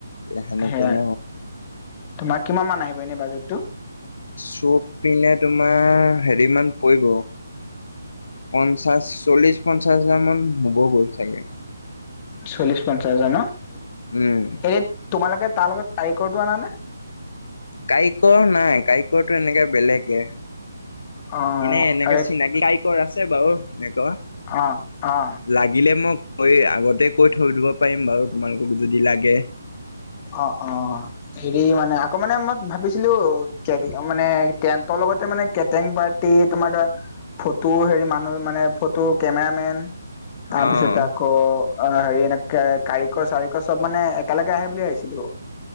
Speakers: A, on the left; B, on the left.
A: সেনেকে
B: সেয়া
A: ন।
B: তোমাৰ কিমান মান আহিব এনে বাজেটটো?
A: চব পিনে তোমাৰ হেৰি মান পৰিব পঞ্চাশ, চল্লিশ পঞ্চাশ হাজাৰ মান হব গৈ ছাগে?
B: চল্লিশ পঞ্চাশ হাজাৰ ন।
A: উম।
B: এই তোমালোকে তাৰ লগত কাৰিকৰটো আনা নে?
A: কাৰিকৰ নাই কাৰিকৰটো এনেকে বেলেগে
B: অ
A: এনে এনেকে
B: আৰে
A: চিনাকি টাইপৰ আছে বাও এনেকোৱা
B: অ অ
A: লাগিলে মোক মই আগতে কৈ থৈ দিব পাৰিম বাৰু তোমালোকক যদি লাগে।
B: অ অ হেৰি মানে আকৌ মানে মই ভাবিছিলো কি কি মানে কেণ্টৰ লগতে মানে কেটাৰিং পাৰ্টি তোমাৰ ধৰা ফটো হেৰি মানুহ মানে ফটো কেমেৰা মেন তাৰপিছতে
A: অ'
B: আকৌ অ হেৰি এনেক কাৰিকৰ চাৰিকৰ চব মানে একেলগে আহে বুলি ভাবিছিলো।